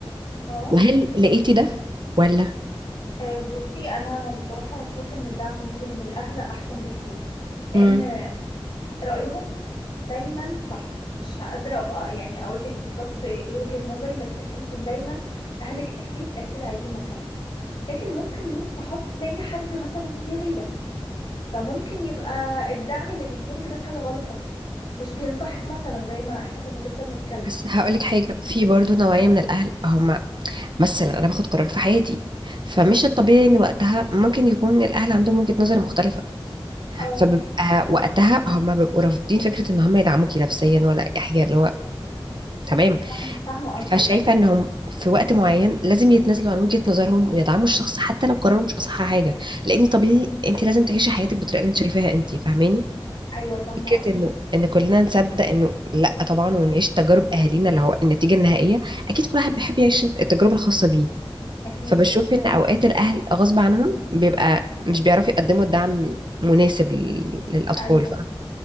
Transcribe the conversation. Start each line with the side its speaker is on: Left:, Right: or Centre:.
Left: اه
Right: وهل لقيتي ده ولا؟
Left: أه، بصي انا بصراحه اشوف ان الدعم يجي من الاهل احسن بكتير لان
Right: مم.
Left: رايهم دايما صح مش قادره أ- يعني اقول لك بالظبط ايه وجهه نظري بس انت دايما اهلك اكيد اكيد عايزين مصلحتك لكن ممكن من الصحاب تلاقي حد مثلا فيه غيره فممكن يبقى الدعم اللي بيديهولك ده في حاجه غلط اصلا مش بينصحك مثلا زي ما احنا كنا لسه بنتكلم
Right: بس هقولك حاجة في برضو نوعية من الأهل هما مثلا أنا باخد قرار في حياتي فمش
Left: مم.
Right: الطبيعي إن وقتها ممكن يكون الأهل عندهم وجهة نظر مختلفة
Left: اه
Right: فبيبقى وقتها هما بيبقوا رافضين فكرة إن هما يدعموكي نفسيا ولا أي حاجة اللي هو تمام
Left: فاهم- فاهمه قصدك
Right: فشايفة
Left: اه
Right: انهم في وقت معين لازم يتنازلوا عن وجهة نظرهم ويدعموا الشخص حتى لو قرروا مش اصح حاجة لان طبيعي انت لازم تعيشي حياتك بالطريقة اللي انت شايفاها انت فاهماني
Left: ايوه فاهمه
Right: فكرة
Left: قصدك
Right: انه ان كلنا نصدق انه لا طبعا ونعيش تجارب اهالينا اللي هو النتيجة النهائية اكيد كل واحد بيحب يعيش التجربة الخاصة بيه
Left: اكيد
Right: فبشوف ان اوقات الاهل غصب عنهم بيبقى مش بيعرفوا يقدموا الدعم مناسب لل- للاطفال
Left: ايوه
Right: فاهمة